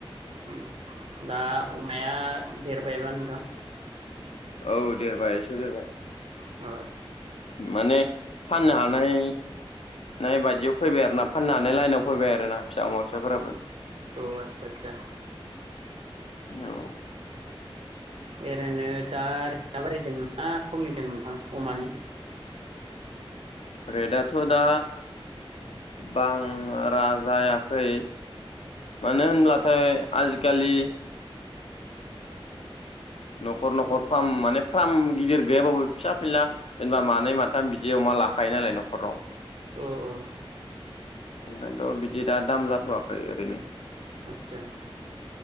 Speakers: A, on the right; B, on the left.
A: उम दा अमाया देरबायबा नोंथां।
B: औ देरबाय एसे देरबाय।
A: ओ
B: माने। फाननो हानाय नाय बायदियाव फैबाय आरो ना फाननो हानाय लाइनाव फैबाय आरो ना फिसा अमा फिसाफोराबो।
A: औ आतसा आतसा।
B: औ।
A: ओरैनो दा रेटआ बारै दोंना खमिदों नोंथां अमानि?
B: रेटआथ' दा बांरा जायाखै। मानो होनब्लाथाय। आजिखालि न'खर न'खर
A: औ
B: फ्राम माने फ्राम। गिदिर गैयाबाबो फिसा फिनला जेनेबा मानै माथाम बिदि अमा लाखायो नालाय न'खराव।
A: औ-औ।
B: ओंखायनोथ' बिदि दा दाम जाथ'वाखै ओरैनो।
A: आतसा।